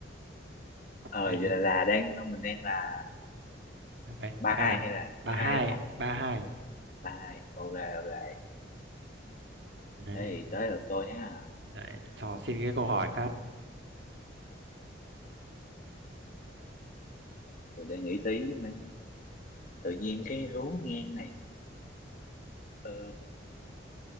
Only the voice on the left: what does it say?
ờ
giờ
là, là đang mình đang là
ba
hai
hay là
ba
hai đúng không
ba hai ok ok
thế thì tới lượt tôi nhá
tôi để nghĩ tí mà. tự nhiên cái lú ngang này ờ